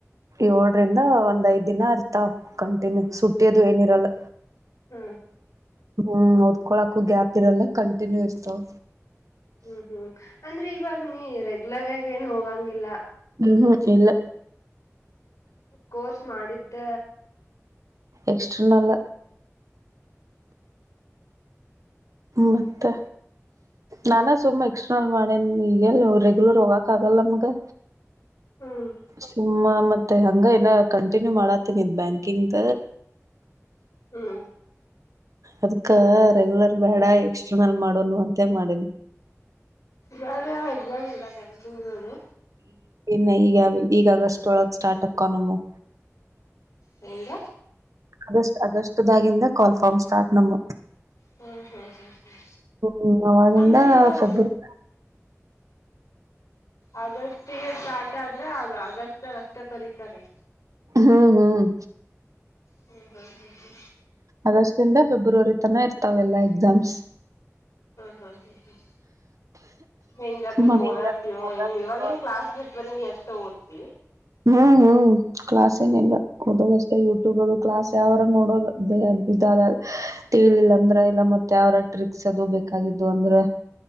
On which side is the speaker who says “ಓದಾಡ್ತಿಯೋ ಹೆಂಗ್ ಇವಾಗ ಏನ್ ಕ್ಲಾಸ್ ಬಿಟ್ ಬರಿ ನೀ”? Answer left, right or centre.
Left